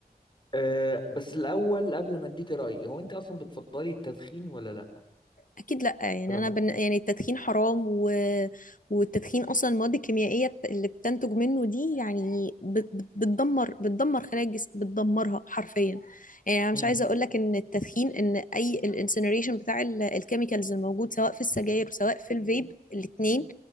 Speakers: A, on the left (about 30°); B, on the left (about 55°).
A: أه بس الأول قبل ما أديك رأيي هو أنت أصلا بتفضلي التدخين ولا لأ
B: اكيد لا يعني
A: في العموم؟
B: انا بن... يعني التدخين حرام و... والتدخين اصلا المواد الكيميائيه بت- اللي بتنتج منه دي يعني بت... بت- بتدمر بتدمر خلايا الجسم بتدمرها حرفيا يعني انا مش
A: امم
B: عايزه اقول لك ان التدخين ان اي الانسنريشن بتاع ال- الكيميكالز الموجود سواء في السجاير وسواء في الفيب الاثنين